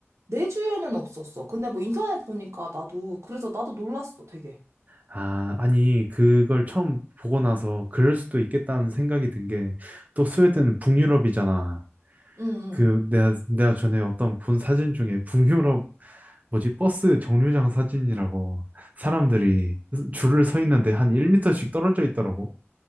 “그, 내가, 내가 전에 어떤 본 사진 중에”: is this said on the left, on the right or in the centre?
Right